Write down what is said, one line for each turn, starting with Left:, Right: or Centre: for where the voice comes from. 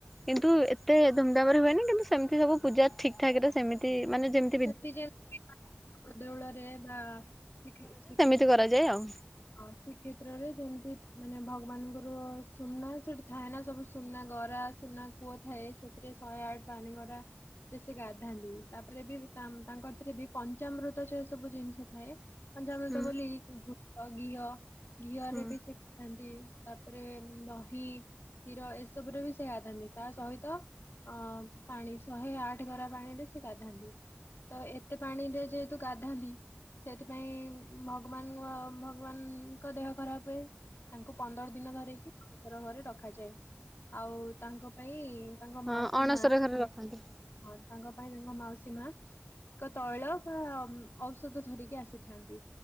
Centre: କିନ୍ତୁ ଏତେ ଧୁମଧାମରେ ହୁଏନି କିନ୍ତୁ ସେମିତି ସବୁ ପୂଜା ଠିକ୍ ଠାକ ରେ ସେମିତି ମାନେ ଯେମ
Left: ସେଠି ଯେମିତି ଦେଉଳରେ ବା ଶ୍ରୀ
Centre: ଏମିତି କରାଯାଏ ଆଉ।
Left: ହଁ ଶ୍ରୀକ୍ଷେତ୍ରରେ ଯେମିତି ମାନେ ଭଗବାନଙ୍କର ସୁନା ସେଠି ଥାଏ ନା ସବୁ ସୁନା ଗରା ସୁନା କୂଅ ଥାଏ ସେଥିରେ ଶହେ ଆଠ ପାଣି ଗରା ରେ ସେ ଗାଧାନ୍ତି ତାପରେ ବି ତା-ତାଙ୍କ ଏଥିରେ ବି ପଞ୍ଚାମୃତ ସେ ସବୁ ଜିନିଷ ଥାଏ। ପଞ୍ଚାମୃତ
Centre: ହୁଁ
Left: ବୋଲି ଘୃ ତ ଘିଅ ଘିଅରେ
Centre: ହୁଁ
Left: ବି ସେ ଥାନ୍ତି ତାପରେ ଉଁ ଦହି କ୍ଷୀର ଏସବୁରେ ବି ସେ ଗାଧାନ୍ତି ତା ସହିତ ଅ ପାଣି ଶହେ ଆଠ ଗରା ପାଣିରେ ସେ ଗାଧାନ୍ତି। ତ ଏତେ ପାଣିରେ ଯେହେତୁ ଗାଧାନ୍ତି ସେଥିପାଇଁ ଭଗବାନଙ୍କ ଭଗବାନଙ୍କ ଦେହ ଖରାପ ତାଙ୍କୁ ପନ୍ଦର ଦିନ ଧରକି ଅଣସର ଘରେ ରଖାଯାଏ ଆଉ ତାଙ୍କ ପାଇଁ ତାଙ୍କ
Centre: ହଁ
Left: ମାଉସୀ
Centre: ଅଣସର
Left: ମା
Centre: ଘରେ ରଖନ୍ତି
Left: ହଁ ତାଙ୍କ ପାଇଁ ତାଙ୍କ ମାଉସୀ ମା ଏକ ତୈଳ ବା ଔଷଧ ଧରିକି ଆସିଥାନ୍ତି